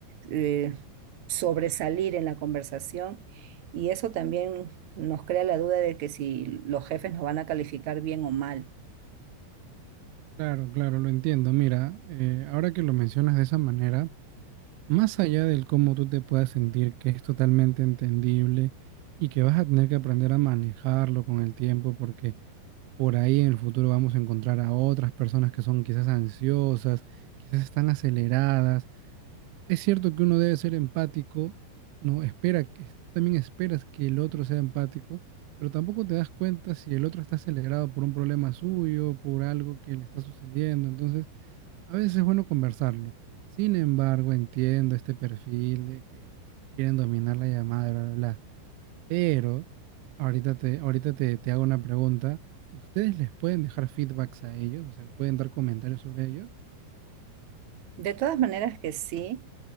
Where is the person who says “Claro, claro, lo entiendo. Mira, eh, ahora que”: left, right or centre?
Right